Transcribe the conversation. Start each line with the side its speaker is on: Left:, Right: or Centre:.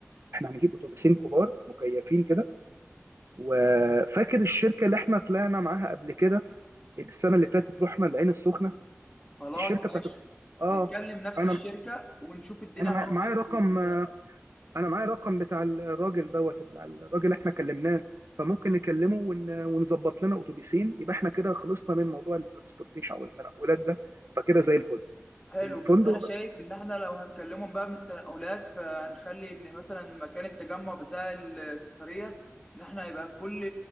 Right: احنا هنجيب اتوبيسين كبار مكيفين كده وفاكر الشركه اللي احنا طلعنا معاها قبل كده السنه اللي فاتت رحنا العين السخنه
Left: خلاص
Right: الشركه
Left: ماشي
Right: بتاعت اه
Left: نتكلم نفس
Right: انا
Left: الشركة ونشوف الدنيا
Right: انا معايا
Left: معاهم
Right: معايا
Left: ايه
Right: رقم
Left: في الاتفاق
Right: آه، انا معايا رقم بتاع الراجل دوت بتاع الراجل اللي احنا كلمناه فممكن نكلمه ون... ونظبط لنا اتوبيسين يبقى احنا كده خلصنا من موضوع الترانسبورتيشن او التنقلات ده فكده زي الفل
Left: حلو
Right: الفندق
Left: بس انا شايف ان احنا لو هنكلمهم بقى من التنقلات فهنخلي ان مثلا مكان التجمع بتاع السفرية ان احنا يبقى كل